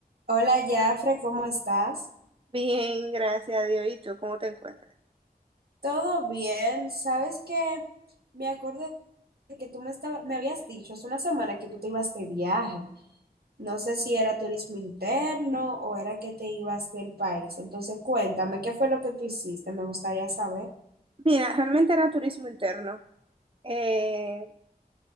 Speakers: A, on the right (about 80°); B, on the right (about 35°).
A: Hola, Jafre, ¿cómo estás?
B: Bien, gracias a Dios. ¿Y tú cómo te encuentras?
A: ¿Todo bien? ¿Sabes que Me acordé de que tú me estaba, me habías dicho hace una semana que tú te ibas de viaje. No sé si era turismo interno o era que te ibas del país. Entonces, cuéntame, ¿qué fue lo que tú hiciste? Me gustaría saber.
B: Mira, realmente era turismo interno. Eh,